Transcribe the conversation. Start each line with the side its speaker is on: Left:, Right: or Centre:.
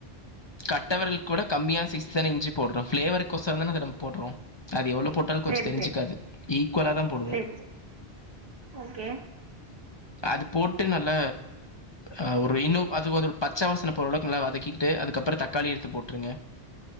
Left: கட்ட விரல் கூட கம்மியான சைஸ் தான இ்ஞ்சி போட்றோ ப்ளேவர் கோஷ்ர தான போட்றோ அது போட்டாலு
Right: சேரி
Left: கொஞ்ச தெரிஞ்சுக்காது
Right: சேரி
Left: ஈக்குவலா தா போடுவோ
Right: சேரி சேரி ஓகே
Left: அது போட்டு நல்ல அ ஒரு இன்னு அதுக்கு வந்து ஒரு பச்ச வாசன போரளவுக்கு நல்லா வதக்கிட்டு அதுக்கப்புறோ தக்காளி எடுத்து போட்ருங்க